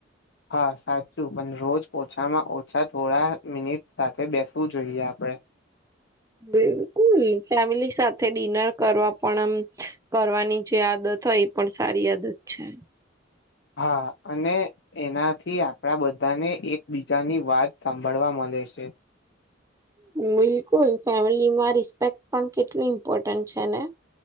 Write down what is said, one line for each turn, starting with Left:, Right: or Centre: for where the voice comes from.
Left: હા સાચું, પણ રોજ ઓછામાં ઓછા થોડા મિનિટ સાથે બેસવું જોઈએ આપણેે.
Right: <inaudible> બિલકુલ, ફેમિલી સાથે ડિનર કરવા પણ અમ કરવાની જે આદત અથવા એ પણ સારી આદત છે.
Left: હા, અને એનાથી આપણા બધાને એકબીજાની વાત સાંભળવા મ ળે છે.
Right: બિલકુલ, ફેમિલીમાં રિસ્પેક્ટ પણ કેટલી ઇમ્પોર્ટન્ટ છે ને.